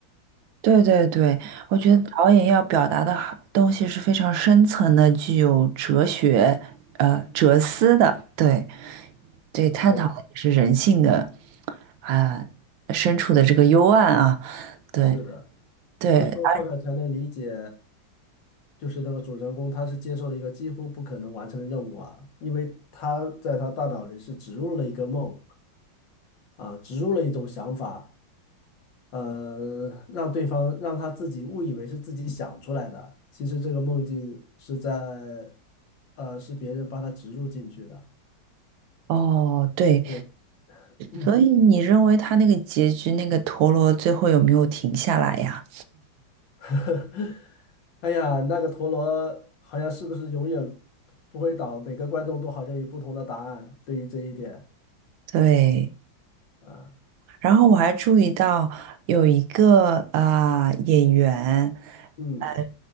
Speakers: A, on the right; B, on the left.
A: 对对对，我觉得导演要表达的好东西是非常深层的，
B: 啊。
A: 具有哲学、呃哲思的。对对，探讨的也是人性的
B: 对，
A: 啊、深处的这个幽暗啊。对，
B: 是的。
A: 对，
B: 就说后来才能理解，
A: 而
B: 就是那个主人公他是接受了一个几乎不可能完成的任务啊，因为他在他大脑里是植入了一个梦啊，植入了一种想法，呃，让对方让他自己误以为是自己想出来的，其实这个梦境是在，呃，是别人帮他植入进去的。
A: 哦，对，
B: 对，<clears throat>
A: 所以你认为他那个结局，那个陀螺最后有没有停下来呀？
B: <laughs> 哎呀，那个陀螺好像是不是永远不会倒？每个观众都好像有不同的答案，对于这一点
A: 对，
B: 啊，
A: 然后我还注意到有一个啊、呃演员，
B: 嗯
A: 呃，